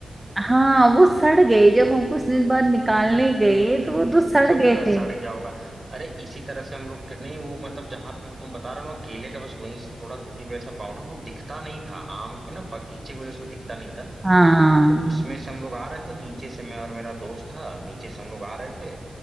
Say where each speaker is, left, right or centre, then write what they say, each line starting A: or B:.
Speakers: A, on the right; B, on the right.
A: हाँ वो सड़ गए जब हम कुछ दिन बाद निकालने गए
B: हम्म
A: तो वो तो सड़
B: तो
A: गए
B: पूरा सड़
A: थे
B: गया होगा अरे इसी तरह से हम लोग के- नहीं वो मतलब जहां पे वो तुम बता रहे हो ना, केले का बस वहीं से थोड़ा दूरी पे ऐसा बाउंड्री वो दिखता नहीं था आम के ना बगीचे की वजह से वो दिखता नहीं था
A: हाँ
B: तो उसमें से हम लोग आ रहे थे नीचे से मैं और मेरा दोस्त था नीचे से हम लोग आ रहे थे